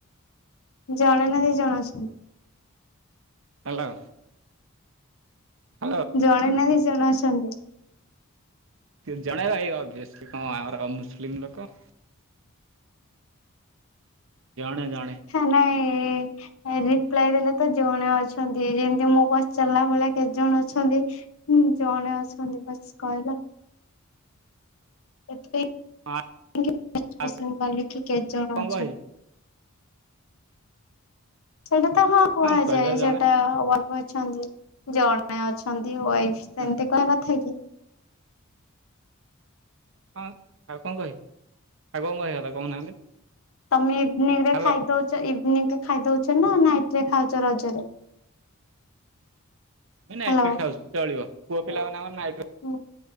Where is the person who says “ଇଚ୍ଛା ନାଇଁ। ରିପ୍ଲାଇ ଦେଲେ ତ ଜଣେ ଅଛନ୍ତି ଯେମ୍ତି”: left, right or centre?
Left